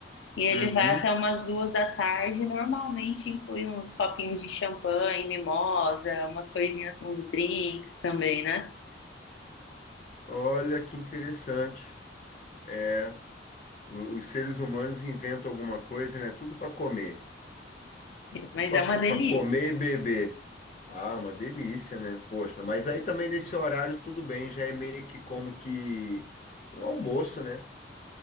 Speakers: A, on the left (about 85°); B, on the left (about 40°).
A: E ele
B: Uhum.
A: vai até umas duas da tarde. Normalmente inclui uns copinhos de champanhe, mimosa, umas coisinhas, uns drinks também, né?
B: Olha que interessante. É, o- os seres humanos inventam alguma coisa, né? Tudo para comer. Tudo
A: Mas
B: para
A: é uma delícia.
B: comer e beber. Ah, uma delícia, né? Poxa, mas aí também nesse horário tudo bem, já é meio que como que um almoço, né?